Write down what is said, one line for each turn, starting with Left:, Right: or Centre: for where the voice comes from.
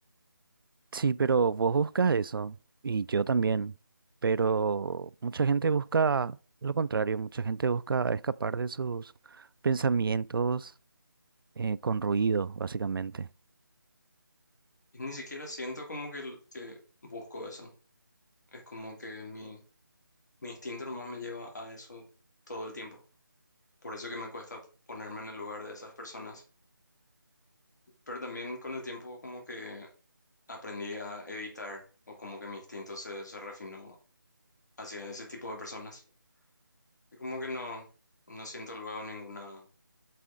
Right: Sí, pero vos buscas eso, y yo también, pero mucha gente busca lo contrario, mucha gente busca escapar de sus pensamientos eh, con ruido, básicamente.
Left: Y ni siquiera siento como que, que busco eso. Es como que mi, mi instinto nomás me lleva a eso todo el tiempo. Por eso que me cuesta ponerme en el lugar de esas personas. Pero también con el tiempo como que aprendí a evitar o como que mi instinto se, se refinó hacia ese tipo de personas. Y como que no, no siento luego ninguna